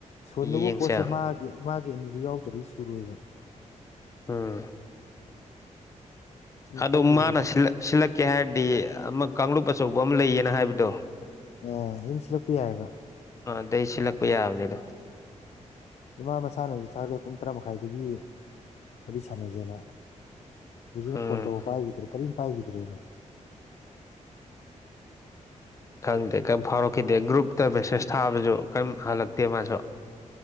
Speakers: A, on the left; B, on the left.
A: ꯁꯣꯟꯗꯨꯕꯨ
B: ꯌꯦꯡꯁꯦ
A: ꯄꯣꯠꯁꯦ ꯃꯥ ꯃꯥꯒꯤ ꯑꯅꯤ ꯌꯥꯎꯗ꯭ꯔꯗꯤ ꯁꯨꯔꯣꯏꯕ
B: ꯎꯝ
A: ꯑꯗꯨꯅ
B: ꯑꯗ
A: ꯈ꯭ꯋꯥꯏ ꯂꯨꯔꯤꯁꯦ
B: ꯃꯥꯅ ꯁꯤꯜꯂꯛꯀꯦ ꯍꯥꯏꯔꯗꯤ ꯑꯃ ꯀꯥꯡꯂꯨꯞ ꯑꯆꯧꯕ ꯑꯃ ꯂꯩꯌꯦꯅ ꯍꯥꯏꯕꯗꯣ
A: ꯑ ꯑꯗꯨꯝ ꯁꯤꯜꯂꯛꯄ ꯌꯥꯏꯑꯕ
B: ꯑ ꯑꯗꯩ ꯁꯤꯜꯂꯛꯄ ꯌꯥꯕꯅꯦ ꯑꯗꯣ
A: ꯃ ꯃꯁꯥꯅ ꯍꯧꯖꯤꯛ ꯊꯥꯔꯦ ꯄꯨꯡ ꯇꯔꯥ ꯃꯈꯥꯏꯗꯒꯤ ꯋꯥꯔꯤ ꯁꯥꯟꯅꯁꯦꯅ ꯍꯧꯖꯤꯛꯅ
B: ꯎꯝ
A: ꯐꯣꯟ ꯇꯧꯕ ꯄꯥꯏꯈꯤꯗ꯭ꯔꯦ ꯀꯔꯤꯝ ꯄꯥꯏꯈꯤꯗ꯭ꯔꯦꯅꯦ
B: ꯈꯪꯗꯦ ꯀꯥꯏꯝ ꯐꯥꯎꯔꯛꯈꯤꯗꯦ ꯒ꯭ꯔꯨꯞꯇ ꯃꯦꯁꯦꯁ ꯊꯥꯕꯁꯨ ꯀꯥꯏꯝ ꯍꯜꯂꯛꯇꯦ ꯃꯁꯨ